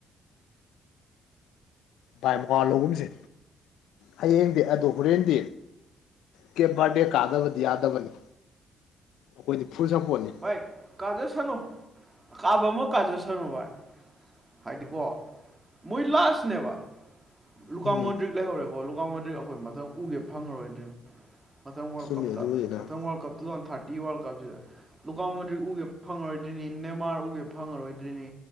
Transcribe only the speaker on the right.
ꯚꯥꯏ ꯀꯥꯖꯠ ꯁꯅꯨ ꯀꯥꯕ ꯑꯃ ꯀꯥꯖꯠ ꯁꯅꯨ ꯚꯥꯏ ꯍꯥꯏꯗꯤꯀꯣ ꯃꯣꯏ ꯂꯥꯁꯅꯦꯕ ꯂꯨꯀꯥ
ꯃꯟꯇ꯭ꯔꯤ ꯂꯩꯍꯧꯔꯦꯕꯣ ꯂꯨꯀꯥꯛꯃꯗꯤ ꯑꯩꯈꯣꯏ ꯃꯊꯪ ꯎꯒꯦ ꯐꯪꯈꯔꯣꯏꯗ꯭ꯔꯦ ꯃꯊꯪ ꯋꯥꯔꯜ
ꯀꯞꯇ
ꯃꯊꯪ ꯋꯥꯔꯜ ꯀꯞꯇꯨꯗ ꯊꯥꯔꯇꯤ ꯋꯥꯔꯜ ꯀꯞꯁꯤꯗ ꯂꯗꯨꯀꯥꯟ ꯃꯟꯇ꯭ꯔꯤ ꯎꯒꯦ ꯐꯪꯉꯔꯣꯏꯗ꯭ꯔꯤꯅꯤ ꯅꯦꯟꯃꯥꯔ ꯎꯒꯦ ꯐꯉꯔꯣꯏꯗ꯭ꯔꯤꯅꯤ